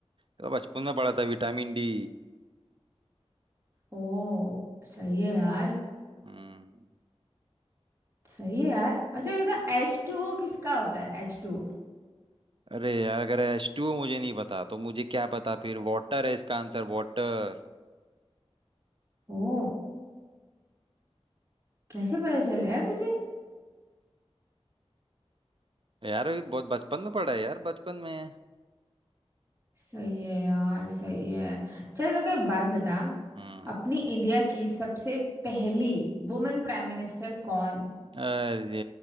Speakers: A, on the right; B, on the right.
A: तो बचपन में पढ़ा था विटामिन डी
B: ओ सही है यार
A: हम्म
B: सही है यार अच्छा ये तो एच टू ओ किसका होता है एच टू
A: अरे यार अगर एच टू मुझे नहीं पता तो मुझे क्या पता फिर वाटर है इसका आंसर वाटर
B: ओ कैसे पता चल रहा है तुझे
A: यार अभी बहुत बचपन में पढ़ा है यार बचपन में
B: सही है यार सही है चल मेरे को एक बात बता
A: हम्म
B: अपनी इंडिया की सबसे पहली वुमेन प्राइम मिनिस्टर कौन
A: अरे